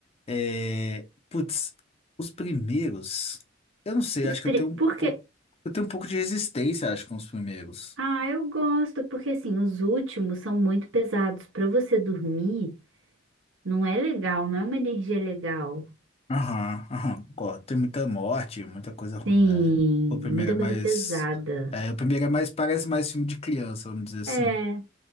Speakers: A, on the left; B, on the right.
A: É... Putz, os primeiros. Eu não sei,
B: Os
A: acho que
B: pri-
A: eu tenho um
B: Porque.
A: pouco. Eu tenho um pouco de resistência, acho, com os primeiros.
B: Ah, eu gosto, porque assim, os últimos são muito pesados. Pra você dormir, não é legal, não é uma energia legal.
A: Aham, aham, concordo. Tem muita morte, muita coisa ruim,
B: Sim,
A: né? O primeiro
B: muita
A: é mais.
B: coisa pesada.
A: É, o primeiro é mais. Parece mais filme de criança, vamos dizer assim.
B: É.